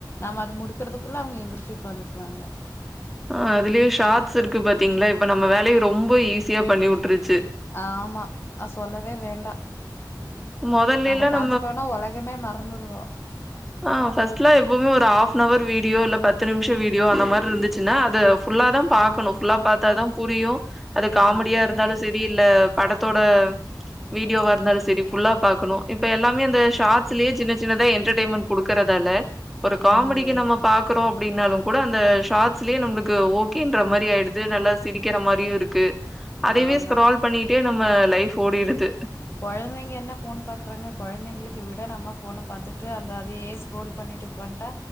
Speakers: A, on the left; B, in the centre.
A: நம்ம அத முடிக்கறிறதுக்குள்ள அவங்க எந்திரச்சு உட்காந்துக்குவாங்க
B: ஆஹ் அதுலயே ஷார்ட்ஸ் இருக்கு பாத்தீங்களா இப்ப நம்ம வேலைய ரொம்ப ஈஸியா பண்ணி உட்டுருச்சு.
A: ஆமா ந சொல்லவே வேண்டாம்
B: மொதல்லேலாம்
A: அத பாத்துட்டோனா உலகமே மறந்துடுவோ
B: ஆஹ் பஃர்ஸ்ட்லாம எப்பவுமே ஒரு ஹாஃப் அவர் வீடியோ இல்ல பத்து நிமிஷம் வீடியோ அந்த மாதிரி இருந்துச்சுன்னா அதது ஃபுல்லாதான் பாக்கணும் ஃபுல்லா பார்த்தாதான் புரியும் அது காமெடியா
A: ஆ
B: இருந்தாலும் செ ரி இல்ல படத்தோட வீடியோ வ இருந்தாலும் செரி புுல்லா பாக்கணும் இப்ப எல்லாமே அந்த ஷார்ட்ஸ்லயே சின்ன சின்னதா என்டர்டெயமெண்ட் குடுக்குறதால ஒரு காமெடிக்கு
A: ஆமாங்க
B: நம்ம பாக்குறோ அப்படின்னாலும் கூட அந்த ஷாட்ஸ்லயே நம்மளுக்கு ஓகேன்ற மாதிரி ஆயிடுது நல்லா சிரிக்கிற மாதிரியும் இருக்கு அதைவே
A: ஆமா
B: ஸ்க்ரால் பண்ணிக் கே நம்ம லைஃப் ஓடிடுது
A: குழந்தைங்க என்ன போன் பாக்குறாங்க குழந்தைங்களுக்கு விட நம்ம போனை பாரத்துட்டு அந்த அதையே ஸ்கரோல் பண்ணிட்டு உக்கட்டா